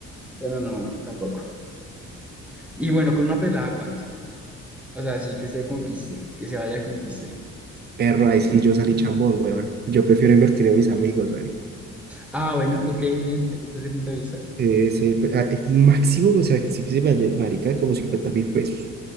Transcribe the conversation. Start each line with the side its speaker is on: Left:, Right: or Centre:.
Centre: Pero no, no, tampoco. Y bueno, con una pelada, ¿cuánto? O sea, sí, que se conquiste, que se vaya a conquiste.
Right: Perro, ahí sí yo salí chambón, weón. Yo prefiero invertir en mis amigos, marica.
Centre: Ah, bueno, ok, bien, me gusta ese punto de vista.
Right: Sí, sí, pe- ah, máximo, o sea, que sí que se me halle- marica como cincuenta mil pesos.